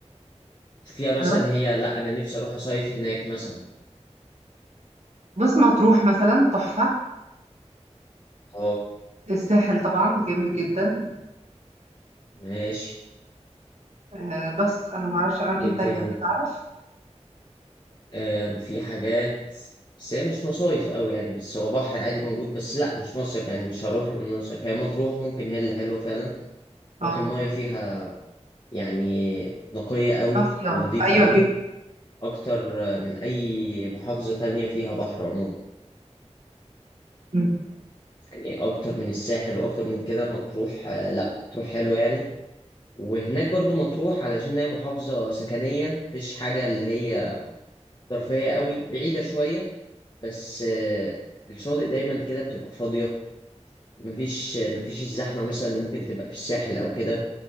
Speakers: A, on the left; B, on the right.
A: شوفيها مثلا
B: أنا رحت
A: هي لأ أنا نفسي أروح أصيف هناك مثلا
B: بص مطروح مثلا تحفه
A: أه
B: الساحل طبعا جميل جدا
A: ماشي
B: آه بس انا ما اعرفش اماكن
A: إيه
B: تانية
A: تاني
B: انت تعرف
A: آم، في حاجات بس هي مش مصايف قوي يعني بس هو بحر عادي موجود بس لا مش مصيف يعني مش هروح له إن أنا مصيف هي مطروح ممكن هي اللي حلوه فعلا تروح
B: اه
A: المايه فيها يعني نقيه قوي
B: طافيه
A: ونظيفه
B: ايوه
A: قوي
B: جدا
A: اكتر آه، من اي محافظه تانية فيها بحر عموما
B: مم.
A: يعني اكتر من الساحل واكتر من كده مطروح آه، لا مطروح حلوه يعني وهناك برضو مطروح علشان هي محافظه سكنيه مش حاجه اللي هي ترفيهيه قوي بعيده شويه بس آه، الشاطئ دايما كده بتبقى فاضيه مفيش مفيش الزحمة مثلا اللي ممكن تبقى في الساحل أو كده